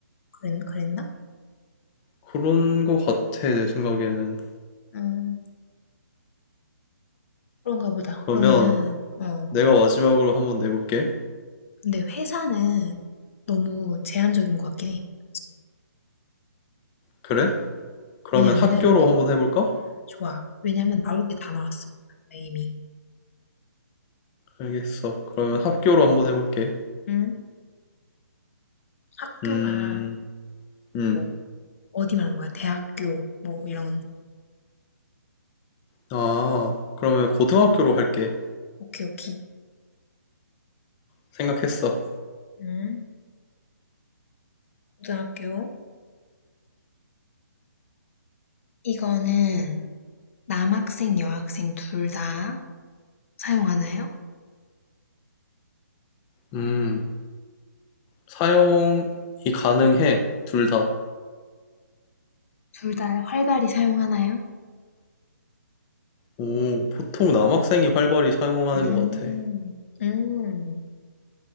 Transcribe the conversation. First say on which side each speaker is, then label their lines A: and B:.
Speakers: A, on the left (about 50°); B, on the left (about 20°).
A: 그랬, 그랬나?
B: 그런 거 같아, 내 생각에는.
A: 음, 그런가 보다.
B: 그러면,
A: 그러면은, 어.
B: 내가 마지막으로 한번 내볼게.
A: 근데 회사는 너무 제한적인 것 같긴 해. 그치.
B: 그래? 그러면
A: 왜냐면은,
B: 학교로
A: 우리-
B: 한번 해볼까?
A: 좋아. 왜냐면 나올 게 다 나왔어. 회사 이미.
B: 알겠어. 그러면
A: 음,
B: 학교로
A: 음.
B: 한번 해볼게.
A: 음? 학교가,
B: 음, 음.
A: 뭐, 어디 말하는 거야? 대학교, 뭐, 이런.
B: 아, 그러면 고등학교로 할게.
A: 오케이, 오케이.
B: 생각했어.
A: 음? 고등학교. 이거는 남학생, 여학생 둘 다 사용하나요?
B: 음, 사용이 가능해. 둘 다.
A: 둘 다 활발히 사용하나요?
B: 오, 보통 남학생이 활발히 사용하는
A: 음,
B: 것 같아.
A: 음.